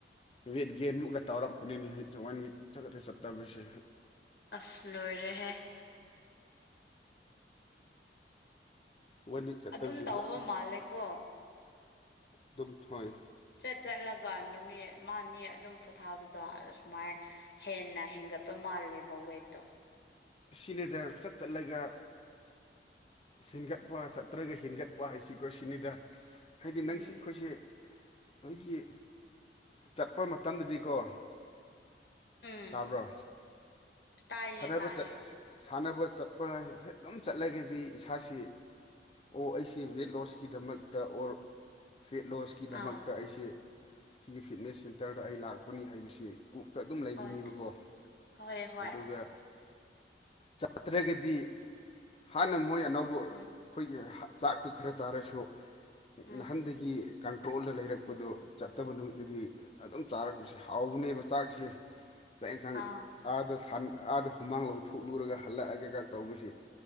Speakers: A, on the left; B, on the left.
A: ꯋꯦꯠ ꯒꯦꯟꯃꯨꯛ ꯇꯧꯔꯛꯄꯅꯤ ꯋꯥꯟ ꯋꯤꯛ ꯆꯠ ꯆꯠꯇꯕꯁꯦ
B: ꯑꯁ ꯂꯣꯏꯔꯦꯍꯦ
A: ꯋꯥꯟ ꯋꯤꯛ ꯆꯠꯇꯕꯁꯦ
B: ꯑꯗꯨꯝ ꯇꯧꯕ
A: ꯄꯨꯔꯥ
B: ꯃꯥꯜꯂꯦꯀꯣ
A: ꯗꯨꯝ ꯊꯣꯏ
B: ꯆꯠ ꯆꯠꯂꯒ ꯅꯨꯃꯤꯠ ꯃꯅꯤ ꯑꯗꯨꯝ ꯄꯣꯊꯥꯕꯗꯣ ꯁꯨꯃꯥꯏ ꯍꯦꯟꯅ ꯍꯦꯟꯒꯠꯄ ꯃꯥꯜꯂꯦꯕ ꯋꯦꯠꯇꯣ
A: ꯁꯤꯅꯦꯗ ꯆꯠ ꯆꯠꯂꯒ ꯍꯦꯟꯒꯠꯄ ꯆꯠꯇ꯭ꯔꯒ ꯍꯦꯟꯒꯠꯄ ꯍꯥꯏꯁꯤꯀꯣ ꯁꯤꯅꯦꯗ ꯍꯥꯏꯗꯤ
B: ꯎꯝ
A: ꯅꯪꯁꯤ ꯑꯩꯈꯣꯏꯁꯦ ꯍꯧꯖꯤꯛꯀꯤ ꯆꯠꯄ ꯃꯇꯝꯗꯗꯤꯀꯣ
B: ꯎꯝ
A: ꯇꯥꯕ꯭ꯔꯣ
B: ꯇꯥꯏꯌꯦ
A: ꯁꯥꯟꯅꯕ
B: ꯇꯥꯏꯌꯦ
A: ꯆꯠ ꯁꯥꯟꯅꯕ ꯆꯠꯄ ꯑꯗꯨꯝ ꯆꯠꯂꯒꯗꯤ ꯏꯁꯥꯁꯤ ꯑꯣ ꯑꯩꯁꯦ ꯋꯦꯠ ꯂꯣꯁꯀꯤꯗꯃꯛꯇ ꯑꯣꯔ ꯐꯦꯠ ꯂꯣꯁ ꯀꯤꯗꯃꯛꯇ
B: ꯑꯥ
A: ꯑꯩꯁꯤ ꯁꯤꯒꯤ ꯐꯤꯠꯅꯦꯁ ꯁꯦꯟꯇꯔꯗ ꯑꯩ ꯂꯥꯛꯄꯅꯤ ꯍꯥꯏꯕꯁꯤ ꯀꯣꯛꯇ ꯑꯗꯨꯝ ꯂꯩꯒꯤꯅꯤꯕꯀꯣ
B: ꯍꯣꯏ ꯍꯣꯏ ꯍꯣꯏ
A: ꯑꯗꯨꯒ ꯆꯠꯇ꯭ꯔꯒꯗꯤ ꯍꯥꯟꯅ ꯃꯣꯏ ꯑꯅꯧꯕ ꯑꯩꯈꯣꯏꯒꯤ
B: ꯎꯝ
A: ꯆꯥꯛꯇꯨ ꯈꯔ ꯆꯥꯔꯁꯨ
B: ꯎꯝ
A: ꯅꯍꯥꯟꯗꯒꯤ ꯀꯟꯇ꯭ꯔꯣꯜꯗ ꯂꯩꯔꯛ ꯄꯗꯣ ꯆꯠꯇꯕ ꯅꯨꯃꯤꯠꯇꯗꯤ ꯑꯗꯨꯝ ꯆꯥꯔꯛꯄꯁꯦ ꯍꯥꯎꯕꯅꯦꯕ ꯆꯥꯛꯁꯦ ꯆꯥꯛ ꯑꯦꯟꯁꯥꯡ
B: ꯑꯥ
A: ꯑꯥꯗ ꯁꯥꯟ ꯑꯥꯗ ꯍꯨꯃꯥꯡ ꯂꯧꯊꯣꯛꯂꯨꯔꯒ ꯍꯜꯂꯛꯑꯒꯒ ꯇꯧꯕꯁꯤ